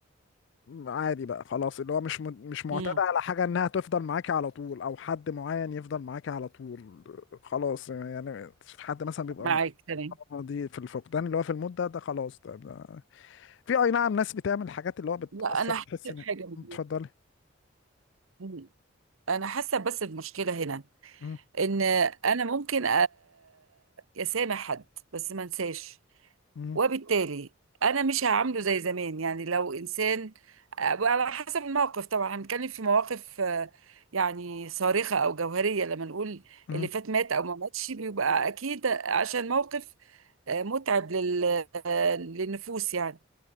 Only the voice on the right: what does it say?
مم.
معاك تمام
لا انا
حاسه
بحاجه
مم. انا حاسه بس المشكله هنا
ان انا ممكن أ- اسامح حد بس ما انساش
وبالتالي انا مش هعامله زي زمان يعني لو انسان على حسب الموقف طبعا هنتكلم في مواقف آه، يعني صارخة او جوهرية لما نقول
اللي فات مات او ما ماتش بيبقى اكيد عشان موقف آه، متعب لل- آه، للنفوس يعني